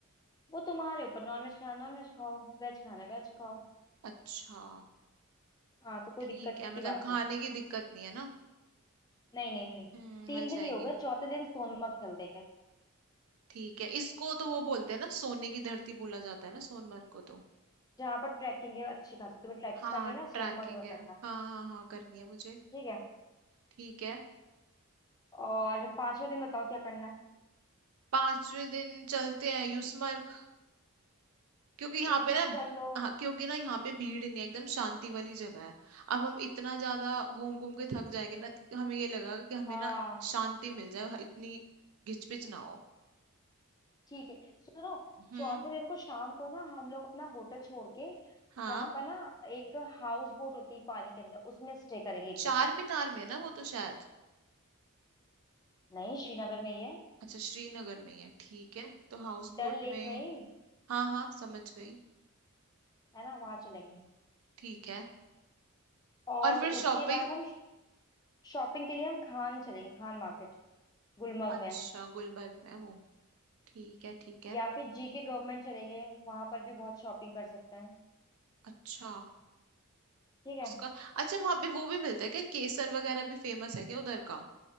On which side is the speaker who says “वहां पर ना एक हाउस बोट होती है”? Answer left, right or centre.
Left